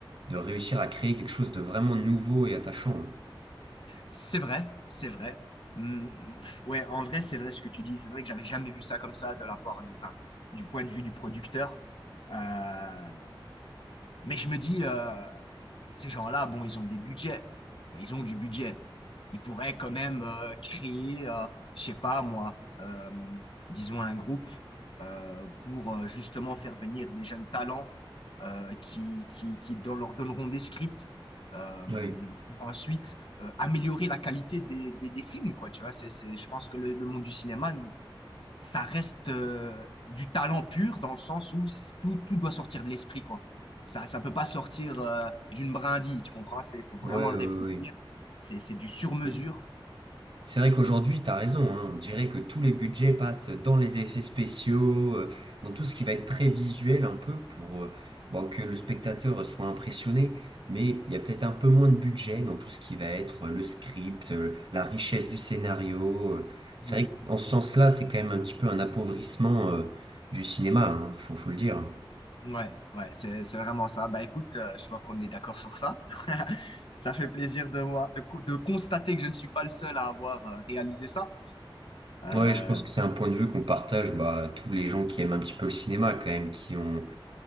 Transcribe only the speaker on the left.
C'est vrai, c'est vrai. Hmm, ouais, en vrai, c'est vrai ce que tu dis. C'est vrai que j'avais jamais vu ça comme ça de la part du, enfin, du point de vue du producteur. Euh, mais je me dis, euh, ces gens-là, bon, ils ont des budgets. Bon, ils ont du budget. Ils pourraient quand même euh, créer, euh, je sais pas moi, euh, disons un groupe euh, pour euh, justement faire venir des jeunes talents euh, qui, qui, qui don- leur donneront des scripts euh,
pour ensuite euh, améliorer la qualité des, des, des films, quoi. Tu vois, c'est, c'est, je pense que le, le monde du cinéma ça reste euh, du talent pur dans le sens où c- tout, tout doit sortir de l'esprit, quoi. Ça, ça peut pas sortir euh, d'une brindille, tu comprends? C'est, faut vraiment
le
réfléchir.
C'est, c'est du sur-mesure.
Mm.
Ouais, ouais, c'est, c'est vraiment ça. Bah écoute, euh, je vois qu'on est d'accord sur ça. <laughs> Ça fait plaisir de voir, de, co- de constater que je ne suis pas le seul à avoir euh, réalisé ça. Euh,